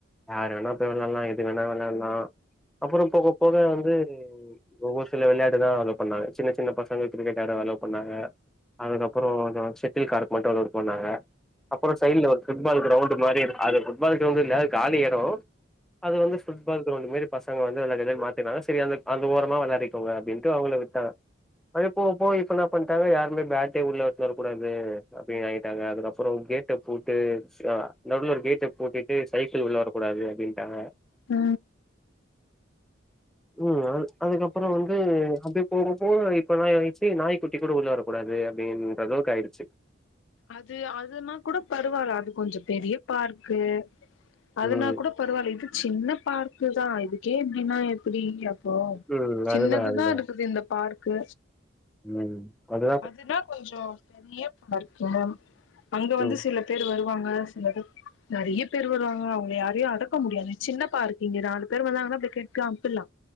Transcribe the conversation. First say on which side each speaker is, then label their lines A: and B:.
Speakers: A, in the centre; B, on the left.
A: யாரு வேணா போய் விளால்லா எது வேணா விளால்லா அப்பறோ போக போக வந்து ஒவ்வொரு சில விளயாட்டுதா அலோ பண்ணாங்க சின்ன சின்ன பசங்க கிரிக்கெட் ஆட அலோ பண்ணாங்க அதுக்கப்பறோ <unintelligible> செட்டில் கார்க் மட்டு அலோட் பண்ணாங்க அப்பறோ சைட்ல ஒரு ஃபுட்பால் க்ரௌண்டு மாரி அது ஃபுட்பால் க்ரவுண்டில்ல அத் காலி எடோ அது வந்து ஃபுட்பால் க்ரௌண்ட் மேரி பசங்க வந்து விளாடி விளாடி மாத்தினால செரி அந்த அந்த ஓரமா விளாடிக்கோங்க அப்டின்ட்டு அவுங்கள விட்டாங்க அப்யே போவோ போலோ இப்ப இன்னா பண் ட்டாங்க யாருமே பேட்டே உள்ள எத்துன் வர கூடாது அப்டியே ஆயிட்டாங்க அதுக்கப்புறோ கேட்ட பூட்டு சா நடுவுல ஒரு கேட்ட பூட்டிட்டு சைக்கிள் உள்ள வரக்கூடாது அப்டின்ட்டாங்க
B: அ
A: ம் அ அதுக்கப்புறோ வந்து அப்டே போகோ போகோ இப்ப இன்னா ஆயிட்ச்சி நாய்குட்டி கூட உள்ள வரக்கூடாது அப்டின்ற அளவுக்கு ஆயிடிச்சு
B: அது அதுனா கூட பரவால்ல அது கொஞ்ச பெரிய பார்க்கு அதனா
A: ம்
B: கூட பரவால்ல இது சின்ன பார்க்குதா இதுக்கே இப்டின்னா எப்பிடிங்கிறாங்
A: ம்
B: <unintelligible> சின்னதுதா
A: அதுதா அதுதா
B: இருக்குது இந்த பார்க்கு
A: ம் அது
B: அதுனா கொஞ்சோ பெரிய பார்க்கு அங்க வந்து
A: ம்
B: சில பேர் வருவாங்க சில பேர் நறைய பேரு வருவாங்க அவுங்க யாரையு அடக்க முடியாது சின்ன பார்க்கு இங்க நாலு பேரு வருவாங்கன்னா அப்டியே கேட்டு அம்ப்பில்லா